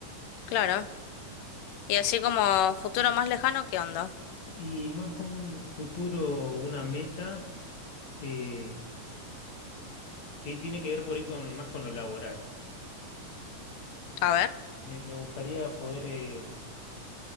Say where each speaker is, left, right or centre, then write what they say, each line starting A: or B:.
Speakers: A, on the left; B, on the left.
A: claro. Y así como futuro más lejano, ¿qué onda?
B: Y más con un futuro, una meta, eh, ti- tiene que ver por ahí con, más con lo laboral.
A: A ver.
B: Me, me gustaría poder eh,